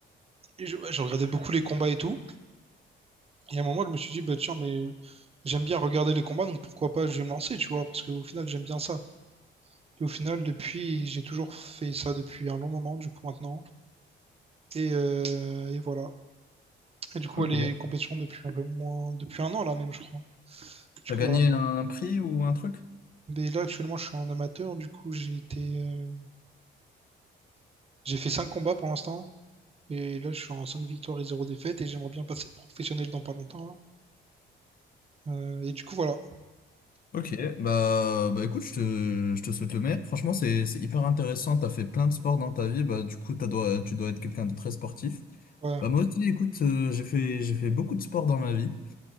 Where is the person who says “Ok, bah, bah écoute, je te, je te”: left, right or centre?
Left